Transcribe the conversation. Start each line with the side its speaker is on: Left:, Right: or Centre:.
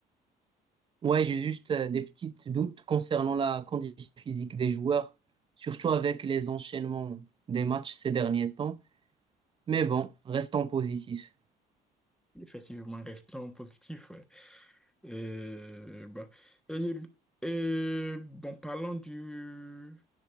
Right: Ouais, j'ai juste euh, des petits doutes concernant la condition physique des joueurs, surtout avec les enchaînements des matchs ces derniers temps. Mais bon, restons positifs.
Centre: Effectivement, restons positifs. Et, bah, et, et, bon, parlant du,